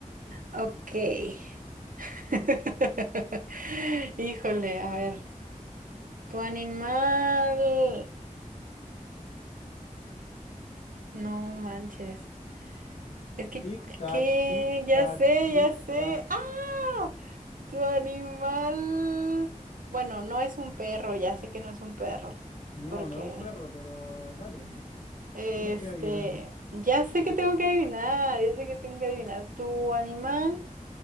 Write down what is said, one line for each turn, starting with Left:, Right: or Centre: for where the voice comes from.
Right: Ok. <laughs> Híjole, a ver. Tu animal. No manches. Es que,
Left: Tic tac,
Right: ¿qué?
Left: tic
Right: Ya
Left: tac,
Right: sé,
Left: tic
Right: ya sé.
Left: tac.
Right: ¡Ah! Tu animal, bueno, no es un perro, ya sé que no es un perro,
Left: No,
Right: porque,
Left: no es un perro, pero dale,
Right: este,
Left: tienes que adivinar.
Right: ya sé que tengo que adivinar, ya sé que tengo que adivinar. Tu animal